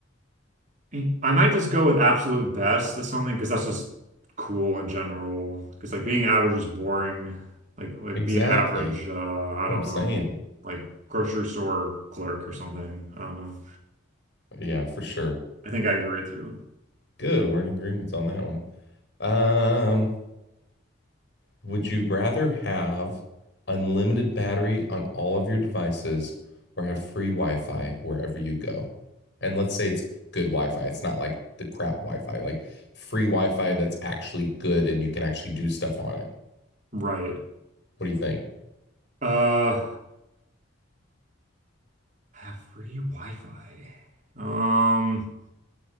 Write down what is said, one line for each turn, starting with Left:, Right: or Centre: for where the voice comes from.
Right: Mm, I might just go with absolute best at something because that's just cool in general. Because like being average is boring. Like like
Left: Exactly.
Right: being average, uh, I
Left: What
Right: don't
Left: I'm saying.
Right: know, like grocery store clerk or something. I don't know.
Left: Yeah, for sure.
Right: I think I agree with you.
Left: Good. We're in agreements on that one. Um, would you rather have unlimited battery on all of your devices or have free Wi-Fi wherever you go? And let's say it's good Wi-Fi. It's not like the crap Wi-Fi, like free Wi-Fi that's actually good and you can actually do stuff on it.
Right: Right.
Left: What do you think?
Right: Uh, have free Wi-Fi. Um,